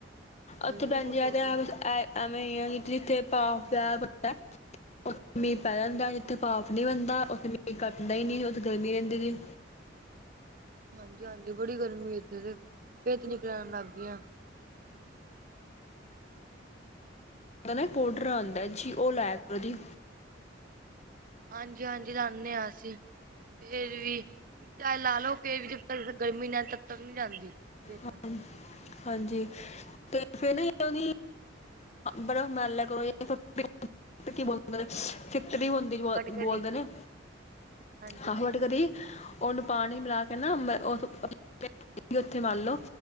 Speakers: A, on the left; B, on the right.
A: ਉੱਥੇ
B: ਗਰਮੀ
A: ਭੈਣਜੀ
B: ਬਹੁਤ ਹੋਈ
A: ਐ ਤੇ
B: ਪਈ
A: ਐ
B: ਏ।
A: ਐ ਐਵੇ ਈ ਐ। ਜਿੱਥੇ ਭਾਵ ਸਾਹਿਬ - ਉਥੇ ਮੀਂਹ ਪੈ ਜਾਂਦਾ ਜਿੱਥੇ ਪਾਫ ਨੀ ਬਣਦਾ। ਉੱਥੇ ਮੀਹ ਕਟਦਾ ਈ ਨੀ ਉੱਥੇ ਗਰਮੀ ਰਹਿੰਦੀ ਰੀ।
B: ਹਾਂਜੀ-ਹਾਂਜੀ ਬੜੀ ਗਰਮੀ ਏਥੇ ਤੇ ਪੇਤ ਨਿਕਲਣ ਲੱਗ ਗੀ ਆ।
A: ਓਦਾ ਨਾ ਪੋਡਰ ਆਂਦਾ ਜੀ। ਉਹ ਲਾਇਆ ਕਰੋ ਦੀ।
B: ਹਾਂਜੀ-ਹਾਂਜੀ ਲਾਣੇ ਆ ਅਸੀਂ ਫੇਰ ਵੀ ਚਾਏ ਲਾ ਲਓ, ਫੇਰ ਵੀ ਜਬ ਤੱਕ ਗਰਮੀ ਨਈ ਜਾਂਦੀ, ਤਬ ਤੱਕ ਨੀ ਜਾਂਦੀ ਪੇਤ।
A: ਹਾਂ- ਹਾਂਜੀ, ਤੇ ਫੇਰ ਨਾ ਉਹਦੀ ਬੜਾ ਮਨ ਲੈ ਕਰੋ ਫਿਰੋਲ <unintelligible> <inaudible> ਫਿਕਟਰੀ ਹੁੰਦੀ ਜੋ ਬੋ
B: ਬਟ
A: ਬੋਲਦੇ
B: ਕਦੀ
A: ਨੇ।
B: ਹਾਂਜੀ
A: ਹਾਂ ਫਟਕਰੀ। ਉਹਨੂੰ ਪਾਣੀ ਮਿਲਾ ਕੇ ਨਾ ਜਿੱਥੇ ਪਿਤ ਹੈਗੀ, ਉਥੇ ਮਲ ਲਓ